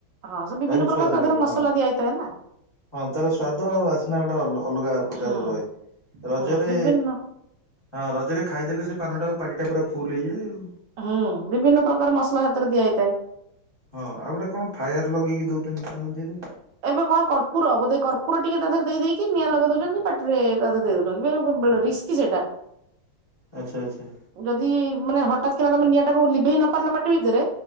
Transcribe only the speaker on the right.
ହଁ ସେ ବିଭିନ୍ନ
ପ୍ରକାର ତା
ଦେହେରେ ମସଲା
ଦିଆ ହେଇଥାଏ ନା।
ହୁଁ
ହୁଁ ବିଭିନ୍ନ
ହୁଁ ବିଭିନ୍ନ ପ୍ରକାର ମସଲା ହେଥିରେ ଦିଆହେଇଥାଏ।
ଏବେ କଣ କର୍ପୁର ବୋଧେ କର୍ପୁ କର୍ପୁର ଟିକେ ତା ଦେହରେ ଦେଇ ଦେଇକି ନିଆଁ ଲଗେଇ ଦଉଛନ୍ତି ପାଟିରେ ତା ଦେହରେ ଦେଇ ଦେଉଛନ୍ତି। <unintelligible> ରିସ୍କି ସେଟା।
ଯଦି ମାନେ ହଠାତ୍ କିନା ତମେ ନିଆଁ ଟାକୁ ଲିଭେଇ ନ ପାରିଲ ପାଟି ଭିତେରେ